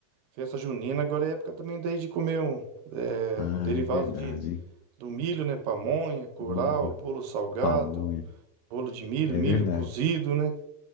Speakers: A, on the right (about 80°); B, on the left (about 80°).
A: festa junina, agora é época também daí de comer um é,
B: Ah,
A: derivado
B: é verdade,
A: de,
B: hein?
A: do milho, né? Pamonha, curau,
B: Hum,
A: bolo salgado.
B: Pamonha.
A: Bolo de milho,
B: É
A: milho
B: verdade.
A: cozido, né?